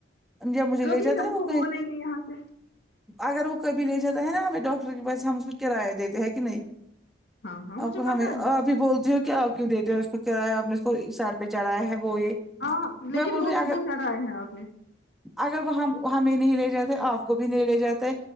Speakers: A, in the centre; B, on the left (about 60°).
A: جب مجھے
B: کبھی
A: لے جاتا
B: ہم
A: ہے وہ
B: کو
A: کہیں
B: بولیں گے یہاں سے
A: اگر وہ کبھی لے جاتا ہے نا ہمیں ڈاکٹر کے پاس ہم اس کو کرایہ دیتے ہیں کہ نہیں
B: ہاں ہاں مجھے
A: آپ کو
B: پتا
A: ہمیں
B: ہے
A: آپ ہی بولتی ہو کہ آپ کیوں دیتے ہو اس کو کرایہ آپ نے اس کو بیچارہ ہے وہ یہ
B: ہاں لیکن
A: میں بول
B: وہ
A: رہی اگر
B: وہ چڑھایا ہے آپ نے
A: اگر وہ ہم ہمیں نہیں لے جاتے آپ کو بھی نہیں لے جاتے